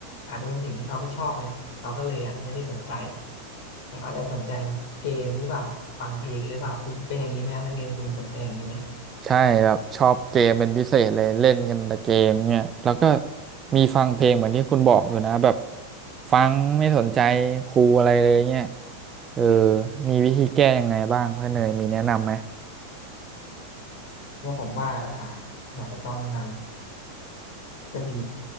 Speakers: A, on the left; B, on the right.
A: อาจจะเป็นสิ่งที่เขาไม่ชอบไงเขาก็เลยอาจจะไม่ได้สนใจ แต่เขาอาจจะสนใจเกมหรือเปล่าฟังเพลงหรือเปล่าคุณเป็นอย่างนี้ไหมฮะนักเรียนคุณสนใจอย่างนี้ไหม
B: ใช่แบบชอบเกมเป็นพิเศษเลยเล่นกันแต่เกมเนี่ยแล้วก็มีฟังเพลงเหมือนที่คุณบอกอยู่นะแบบฟังไม่สนใจครูอะไรเลยเนี่ยเออมีวิธีแก้ยังไงบ้างเพื่อนเนยมีแนะนำไหม
A: ว่าผมว่าอ่าอาจจะต้องนำทฤษฎี